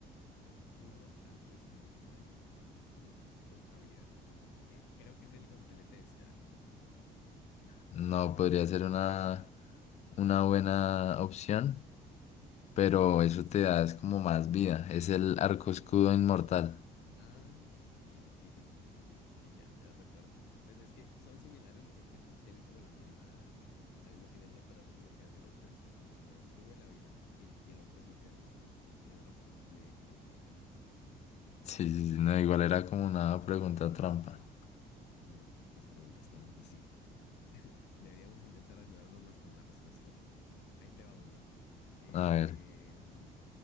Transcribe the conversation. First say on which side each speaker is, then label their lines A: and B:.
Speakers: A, on the left; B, on the left.
A: Escudo al recibir daño cuando tienes poca vida, Eh, creo que es el guantelete de Sterak.
B: No podría ser una, una buena opción, pero eso te da es como más vida. Es el arco escudo inmortal.
A: Ah, sí, sí, sí, sí, sí, sí, sí, sí, sí, ya, ya recuerdo. Pues es que son similares los objetos, tienen como la misma, la misma sinergia, pero lo que hace el otro es como que te sube la vida. Sí, y el otro sí te da un escudo. Sí, tienes razón, me equivoqué, me confundí.
B: Sí, sí, sí, no, igual era como una pregunta trampa.
A: Mm, esas preguntas trampas, sí. <laughs> Deberíamos intentar ayudarnos más con las respuestas. Ahí te va una. Eh,
B: A ver.